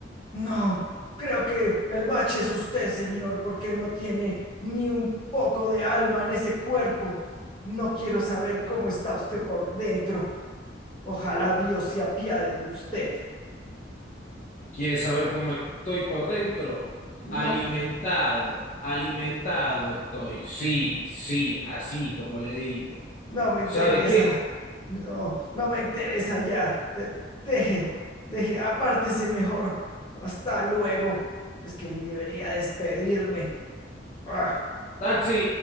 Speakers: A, on the left (about 25°); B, on the left (about 40°).
A: No, creo que el bache es usted, señor, porque no tiene ni un poco de alma en ese cuerpo. No quiero saber cómo está usted por dentro. Ojalá Dios se apiade de usted.
B: ¿Quieres saber cómo estoy por dentro?
A: No,
B: Alimentado, alimentado estoy. Sí, sí, así como le digo.
A: no me interesa.
B: ¿Sabe qué?
A: No, no me interesa ya. De- deje, deje, apártese mejor. Hasta luego. Es que ni debería despedirme. ¡Ah!
B: Taxi,